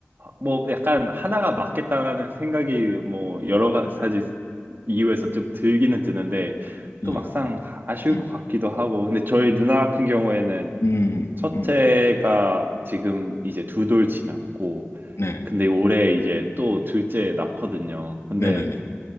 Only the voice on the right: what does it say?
뭐 약간 하나가 맞겠다라는 생각이 뭐 여러 가지 이유에서 좀 들기는 드는데
또 막상 아쉬울
것 같기도 하고 근데 저희 누나 같은 경우에는
첫째가
지금 이제 두 돌 지났고,
근데 올해 이제 또 둘째 낳거든요. 근데